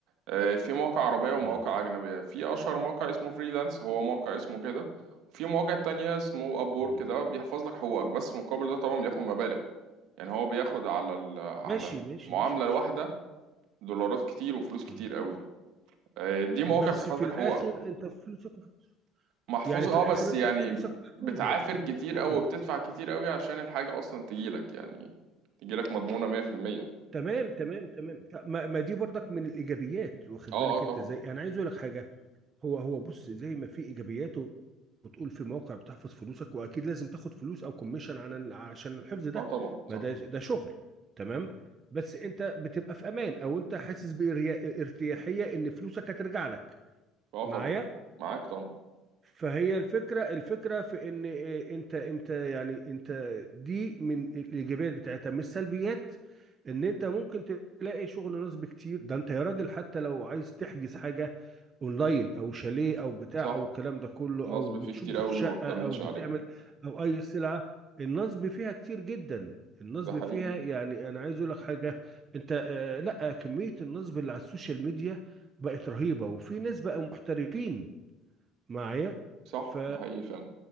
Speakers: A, on the right (about 70°); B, on the right (about 35°).
A: آه، في مواقع عربية ومواقع
B: مم.
A: أجنبية في أشهر موقع اسمه فريلانس هو موقع اسمه كده وفي مواقع تانية اسمه أبورك
B: مم.
A: ده بيحفظ لك حقوقك بس مقابل ده طبعا بياخد مبالغ يعني هو بياخد على ال... على
B: ماشي ماشي
A: المعاملة
B: ماشي ماشي
A: الواحدة دولارات كتير وفلوس كتير
B: مم.
A: قوي آه، دي مواقع
B: بس
A: بتحفظ
B: في
A: لك
B: الاخر
A: حقوقك
B: انت فلوسك محفوظة.
A: محفوظة
B: يعني في
A: اه
B: الاخر
A: بس
B: انت
A: يعني
B: فلوسك محفوظه
A: بتعافر
B: محفوظه
A: كتير أوي وبتدفع كتير أوي عشان الحاجة أصلا تجيلك يعني تجيلك مضمونة مية في المية
B: تمام تمام تمام ط- ما, ما دي برضك من الايجابيات واخد
A: اه
B: بالك
A: اه طبعا
B: انت ازاي انا عايز اقول لك حاجه هو هو بص زي ما في ايجابيات وتقول في موقع بتحفظ فلوسك واكيد لازم تاخد فلوس او كوميشن عن ال- عشان الحفظ ده
A: اه طبعا
B: ما
A: صح
B: ده ده شغل تمام بس انت بتبقى في امان او انت حاسس بارتياحيه ان فلوسك هترجع لك
A: اه
B: معايا
A: طبعا معاك طبعا
B: فهي الفكرة الفكرة في ان إيه، انت انت يعني انت دي من الايجابيات بتاعتها مش سلبيات ان انت ممكن تلاقي شغل نصب كتير ده انت يا راجل حتى لو عايز تحجز حاجة اونلاين او شاليه او بتاع
A: صح
B: او الكلام ده كله
A: نصب
B: او بتشوف
A: فيه كتير أوي
B: شقة
A: وما بتأمنش
B: او بتعمل
A: عليه
B: او اي سلعة النصب فيها كتير جدا النصب
A: ده حقيقي
B: فيها يعني انا عايز اقول لك حاجة انت آه، لا كمية النصب اللي على السوشيال ميديا بقت رهيبة وفي ناس بقى محترفين معايا
A: صح
B: ف
A: ده حقيقي فعلا